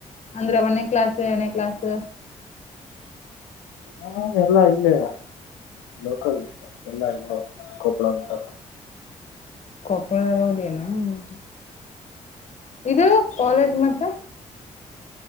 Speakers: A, on the left; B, on the left.
A: ಅಂದ್ರೆ ಒನೇ ಕ್ಲಾಸ್ ಎರಡನೇ ಕ್ಲಾಸ್.
B: ಹಾ ಎಲ್ಲಾ ಇಲ್ಲೇ ಲೋಕಲ್ ಎಲ್ಲಾ ಇಲ್ಲೆ ಕೊಪ್ಪಳ ಅಂತ.
A: ಕೊಪ್ಪ ಳದಗ ಓದಿಯೇನ. ಹ್ಮ್ ಇದು ಕಾಲೇಜ್ ಮತ್ತ.